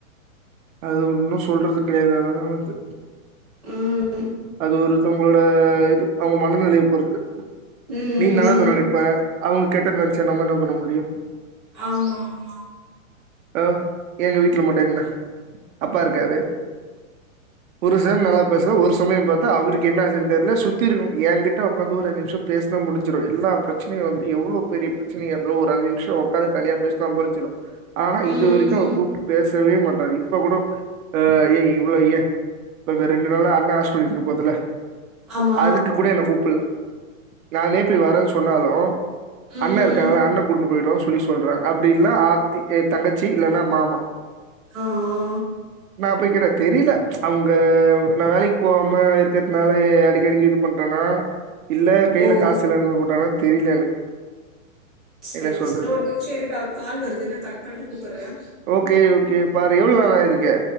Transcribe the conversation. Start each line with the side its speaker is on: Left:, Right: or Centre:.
Right: அது ஒன்னும் சொல்றது கிடையாது அத நான் வந்து
Centre: உம்
Right: அது ஒருத்தவங்களோட ஆ இது அவங்க மனநிலைய பொறுத்து
Centre: ம்
Right: நீ நல்லத
Centre: ம் ம்
Right: நனப்ப அவங்க கெட்டத நெனச்சா நம்ம என்ன பண்ண முடியு
Centre: ஆமா ஆமா
Right: ஆஹ் எங்க வீட்ல மட்டு என்ன அப்பா இருக்காரு ஒரு செம் நல்லா பேசுறா ஒரு சமயம் பாத்தா அவருக்கு என்ன ஆச்சின்னு தெர்லா சுத்தி இருக்க எகிட்ட உக்காந்து ஒரு அஞ்சு நிமிசம் பேசுனா முடிஞ்சிடு எல்லா பிரச்சனையு வந்து எவ்ளோ பெரிய பிரச்சனையா இருந்தாலு ஒரு அஞ்சு நிமிஷொ உக்காந்து தனியா பேசினா முடிஞ்சிடு ஆனா
Centre: ம்
Right: இது
Centre: ம்
Right: வரைக்கு அவர்
Centre: ம்
Right: கூப்ட்டு பேச் சவே மாட்டாரு இப்ப கூட ஆஹ்ன் ஏ இவ்வளோ ஏ இந்த ரெண்டு நாளா அண்ணா ஹாஸ் பிடல் போதுல
Centre: ஆமா
Right: அதுக்கு கூட என்ன கூப் புல்ல நானே போய் வரேன்னு சொன்னாலு
Centre: ம்
Right: அண்ண
Centre: ம்
Right: இருக்காகல
Centre: ம்
Right: அண்ண கூட்னு போய்ட்டு சொல்லி சொல்றாங்க அப்டி இல்லனா ஆர்த்தி எ தங்கச்சி இல்லன்னா மாமா
Centre: ஆஹ் ஆஹ்
Right: நா போய் கேட்டா தெரில அங்க நா வேலைக்கு போவாம இருக்கிறதுனாலயே அடிக்கடிக்கு இது பண்றானா இல்ல கையில
Centre: ஓ
Right: காசு இல்லன்னு போட்டானா தெரில எனக்கு
Centre: சரி
Right: என்ன சொல்றது?
Centre: சரி நா ஒரு நிமிஷொ இருடா ஒரு கால் வருது நா கட் பண்டு கூப்பிட்ற
Right: ஓகே ஓகே பாரு எவ்ளோ நாள இருக்கே